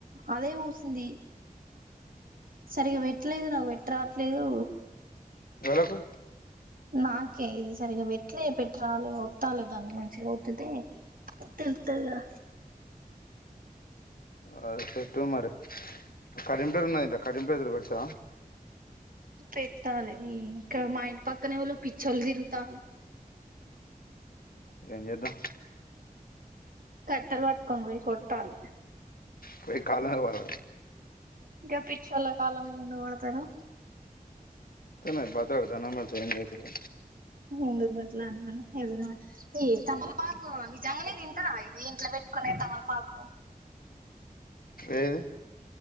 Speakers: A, on the right; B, on the left.
A: అదే ఊసింది సరిగ్గా పెట్టలేదు నాకు పెట్ రాట్లేదు
B: ఎకు
A: నాకే ఇది సరిగా పెట్లే పెట్టరాలి వత్తాలి దాన్ని మంచిగా ఒత్తితే తెలుతుందిగా
B: అ చట్ మరి కరీంటరున్నా కడింపు ఎదురు పెతా
A: పెట్టాలి ఇంకా మా ఇంటి పక్కనే వాళ్ళు పిచ్చలు తిరుగుతారు
B: ఎంజేద్దా
A: కట్టల్ వట్కనీ కొతాలి
B: పోయి కాలవాల
A: గ పిచోళ్లు కాల మీద ఎందుకు వడుతారు
B: తనే బత దండం పెడుతే
A: ముందుకు బట్ల అంట ఎదనా ఈ తమలపాకు నిజంగానే తింటారా ఇది ఇంట్లో వెట్టుకునే తమలపాకు
B: ఏది